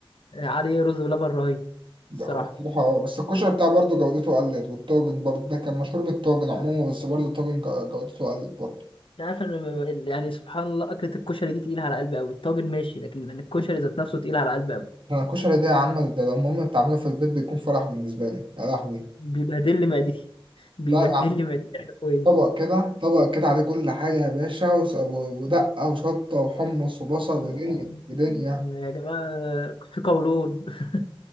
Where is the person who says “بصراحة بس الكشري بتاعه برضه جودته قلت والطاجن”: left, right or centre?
Right